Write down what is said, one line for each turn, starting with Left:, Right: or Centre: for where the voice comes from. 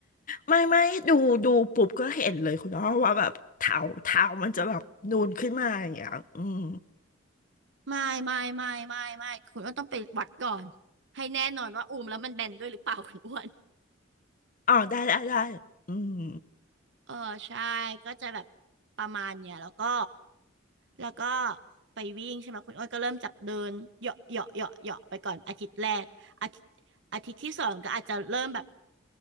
Left: ไม่ไม่ดูดูปุ๊บก็เห็นเลยคุณอ้อว่าแบบเท้าเท้ามันจะแบบนูนขึ้นมาอย่างเงี้ยอืม
Right: ไม่ไม่ไม่ไม่ไม่คุณอ้วนต้องไปวัดก่อนให้แน่นอนว่าอูมแล้วมันแบนด้วยหรือเปล่าคุณอ้วน
Left: อ๋อได้ได้ได้อืม
Right: เออใช่ก็จะแบบประมาณเนี่ยแล้วก็แล้วก็ไปวิ่งใช่ไหมคุณอ้วนก็เริ่มจากเดินเหยาะเหยาะเหยาะเหยาะไปก่อนอาทิตย์แรกอาทิตย์อาทิตย์ที่สองก็อาจจะเริ่มแบบ